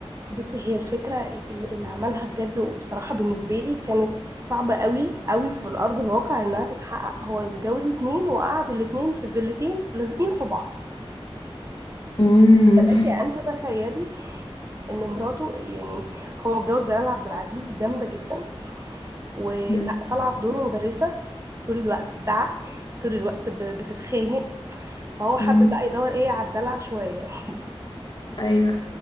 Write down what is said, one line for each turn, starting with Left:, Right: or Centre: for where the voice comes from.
Right: بصي هي الفكره ال- ال- اللي عملها بجد وبصراحه بالنسبه لي كانت صعبه قوي قوي في الارض الواقع انها تتحقق هو متجوز اتنين وقعد الاتنين في فيلتين لازقين في بعض
Left: امم
Right: فلك أن تتخيلي ان مراته يعني هو متجوز دلال عبد العزيز جامده جدا ولا
Left: <laughs>
Right: طالعه في دور مدرسه طول الوقت بتزعق طول الوقت ب- بتتخانق فهو حابب
Left: امم
Right: بقى يدور ايه على الدلع شويه <laughs>
Left: ايوه